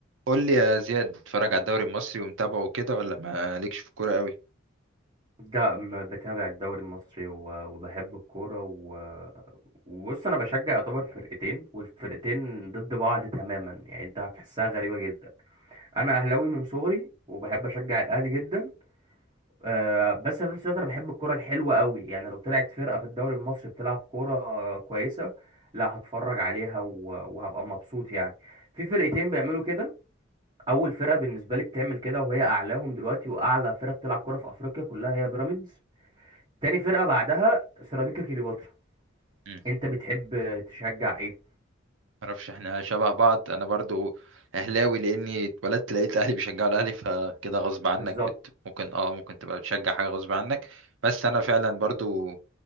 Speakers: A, on the right; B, on the right.
A: قول لي يا زياد اتفرج على الدوري المصري ومتابعه كده ولا ما ليكش في الكوره قوي
B: ده م- بتابع الدوري المصري و- وبحب الكورة و- وبص أنا بشجع يعتبر فرقتين والفرقتين ضد بعض تماما يعني أنت هتحسها غريبة جدا أنا أهلاوي من صغري وبحب أشجع الأهلي جدا آه، بس في نفس الوقت أنا بحب الكورة الحلوة قوي يعني لو طلعت فرقة في الدوري المصري بتلعب كورة آه، كويسة لا هتفرج عليها و- وهبقى مبسوط يعني في فرقتين بيعملوا كده أول فرقة بالنسبة لي بتعمل كده وهي أعلاهم دلوقتي وأعلى فرقة بتلعب كورة في أفريقيا كلها هي بيراميدز تاني فرقة بعدها سيراميكا كليوباترا
A: امم
B: انت بتحب تشجع ايه
A: معرفش احنا شبه بعض انا برضو اهلاوي لاني اتولدت لقيت اهلي بيشجعوا الاهلي فكده غصب عنك
B: بالظبط
A: بت... ممكن اه ممكن تبقى بتشجع حاجه غصب عنك بس انا فعلا برضو